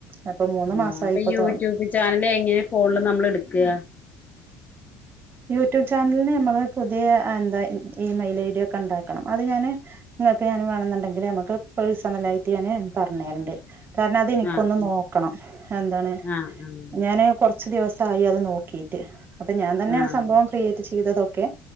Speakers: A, on the right; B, on the left.
A: അപ്പൊ മൂന്ന്
B: ആ
A: മാസമായി
B: അപ്പൊ
A: ഇപ്പൊ
B: യൂട്യൂബ് ചാനല് എങ്ങനെ ഫോണില് നമ്മൾ എടുക്കുക
A: യൂട്യൂബ് ചാനലിന് നമ്മള് പുതിയ എന്താ ഈ മെൽ ഐഡിയ ഒക്കെ ഉണ്ടാക്കണം അത് ഞാാന് ഇങ്ങൊക്കെ ഞാാന് വേണെന്നുണ്ടെങ്കില് നമുക്ക് പഴസമല്ലായിട്ട് ഞാന് പറഞ്ഞു തരണ്ട് കാര്ണം അത് എനിക്കൊന്ന്
B: ആഹ്
A: നോക്കണം എന്താണ്
B: ആഹ് ആഹ്
A: ഞാന് കൊറച്ച് ദിവസം ചായി അത് നോക്കീട്ട് അപ്പൊ ഞാൻ തന്നെയ
B: ആഹ്
A: സംഭവം ക്രിയേറ്റ് ചെയ്തതൊക്കെ